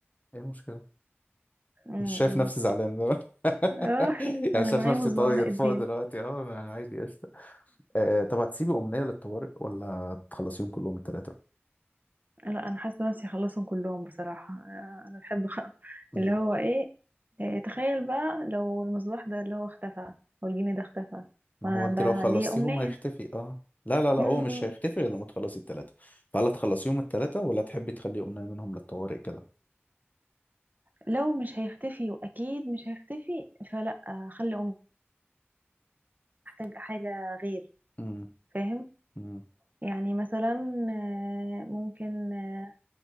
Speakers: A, on the left; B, on the right.
A: ايه المشكله
B: م-
A: مش شايف
B: م.
A: نفسي زعلان <laughs>
B: آه، <laughs>
A: يعني
B: انا
A: شايف
B: معايا
A: نفسي
B: مصباح
A: طاير
B: علاء
A: فوق
B: الدين
A: دلوقتي اه انا عادي قشطه آه طب هتسيبي امنيه للطوارئ ولا تخلصيهم كلهم الثلاثه
B: لا انا حاسه نفسي اخلصهم كلهم بصراحه آه، انا بحب أخ- <laughs>
A: امم
B: اللي هو ايه آه، تخيل بقى لو المصباح ده اللي هو اختفى او الجني ده اختفى
A: ما
B: وانا
A: هو انت
B: بقى
A: لو خلصتيهم
B: ليا امنيه
A: هيختفي اه لا لا لا
B: م-
A: هو مش
B: م.
A: هيختفي غير لما تخلصي الثلاثه فهل تخلصيهم الثلاثه ولا تحبي تخلي امنيه منهم للطوارئ كده
B: لو مش هيختفي واكيد مش هيختفي فلا آه، خلي امنيه احتاج حاجه غير
A: امم
B: فاهم
A: امم
B: يعني مثلا آه، ممكن آه،